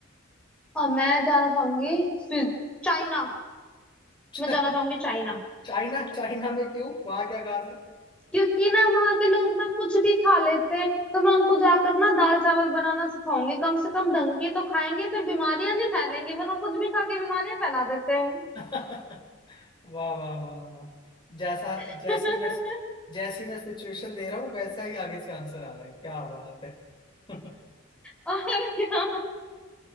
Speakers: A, in the centre; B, on the left (about 25°).
A: और मैं जाना चाहूंगी स्विज- चाइना
B: <laughs>
A: मैं जाना चाहूंगी चाइना
B: चाइना चाइना में क्यों वहां क्या खास है
A: क्योंकि ना वहां के लोग ना कुछ भी खा लेते हैं तो मैं उनको जाकर ना दाल चावल बनाना सिखाऊंगी कम से कम ढंग की तो खाएंगे फिर बीमारियां नहीं फैलेंगी वरना कुछ भी खा के बीमारियां फैला देते हैं
B: <laughs> वाह वाह वाह वाह जैसा
A: <laughs>
B: जैसी मैं जैसी मैं सिचुएशन दे रहा हूँ वैसा ही आगे से आंसर आ रहा है क्या बात है <laughs>
A: और क्या